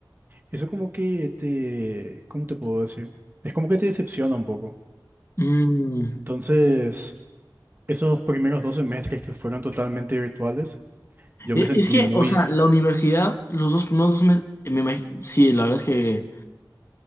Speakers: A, on the right; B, on the left.
A: eso como que te, ¿cómo te puedo decir? Es como que te decepciona un poco.
B: Mm,
A: Entonces, esos primeros dos semestres que fueron totalmente virtuales, yo me
B: e-
A: sentí
B: Es que,
A: muy
B: o sea, la universidad, los dos primeros dos meses, me imag- sí, la verdad es que